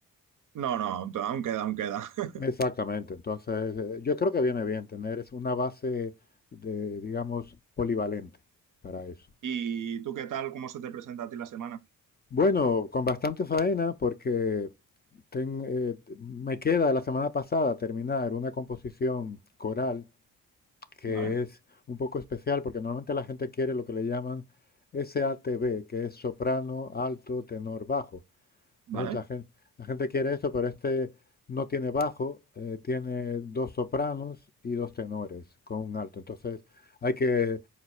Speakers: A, on the right; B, on the left.
A: No, no, aún aún queda, aún queda. <laughs>
B: Exactamente. Entonces, eh, yo creo que viene bien tener es una base de, digamos, polivalente para eso.
A: ¿Y tú qué tal? ¿Cómo se te presenta a ti la semana?
B: Bueno, con bastante faena porque ten- eh, t- me queda de la semana pasada terminar una composición coral que
A: Vale,
B: es un poco especial porque normalmente la gente quiere lo que le llaman SATB, que es soprano, alto, tenor, bajo.
A: vale.
B: Entonces la gente, la gente quiere esto, pero este no tiene bajo, eh, tiene dos sopranos y dos tenores con un alto. Entonces hay que